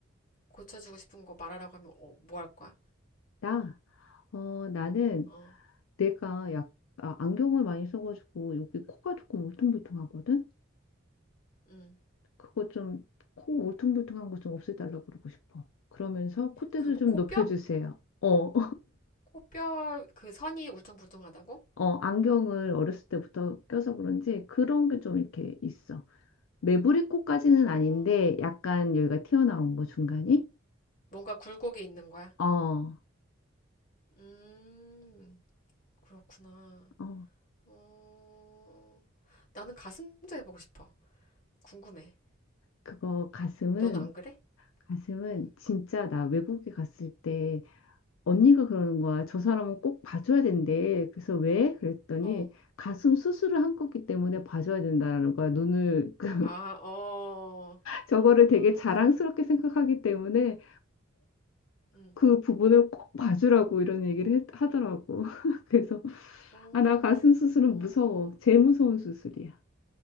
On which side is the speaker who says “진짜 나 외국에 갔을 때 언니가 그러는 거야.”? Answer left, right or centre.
Left